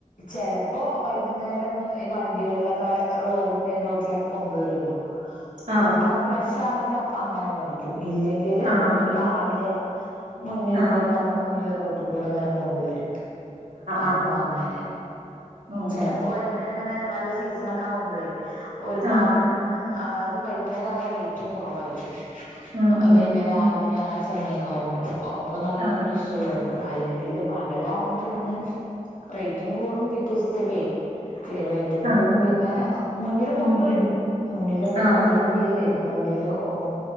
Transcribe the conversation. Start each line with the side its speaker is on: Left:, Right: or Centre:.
Left: ചെലപ്പോ വൈകുന്നേരം ഈ വണ്ടികളിലൊക്കെ റോഡ് മെയിൻ റോഡിലൊക്കെ കൊണ്ടുവരുവല്ലോ
Right: ആഹ്
Left: അപ്പൊ ഫ്രഷാണെങ്കി അപ്പൊ അങ്ങനെ വേടിക്കും ഇല്ലെങ്കില്
Right: ആഹ്
Left: രാവിലെ മുന്നിൽ
Right: ആഹ്
Left: കൂടെ നമ്മുടെ മുന്നില് റോട്ടീ കൂടെ ഇങ്ങനെ കൊണ്ടുവരും അപ്പൊ
Right: ആഹ്
Left: അങ്ങനെ
Right: ആഹ് ഉം
Left: ചെലപ്പോ വൈകുന്നേരം ഇങ്ങനെ നല്ല സീസണൊക്കെ ആവുമ്പളേ ഒരുപാട്
Right: ആഹ്
Left: ഇങ്ങനെ അതും വൈകുന്നേരം ആവുമ്പോ റേറ്റും കുറവായിരിക്കും
Right: ഉം ഉം
Left: വൈകുന്നേരം ആറ് മണി ആഹ് സമയത്ത് ക്കാവുമ്പോ അപ്പൊ നല്ല
Right: ആഹ്
Left: ഫ്രഷൊള്ള കിട്ടും അല്ലെങ്കില് പകലാവുമ്പോ പിന്നെ റേ റ്റും കൂടും പിറ്റേ ദിവസത്തേക്കേ ഈ റേ റേറ്റും കൂടും
Right: ആഹ്
Left: പിന്നെ മുന്നിൽ കൊണ്ടുവരും
Right: ഉം ഉം
Left: മുന്നില് വ
Right: ആഹ്
Left: വണ്ടീല് വരും വണ്ടില് ഓം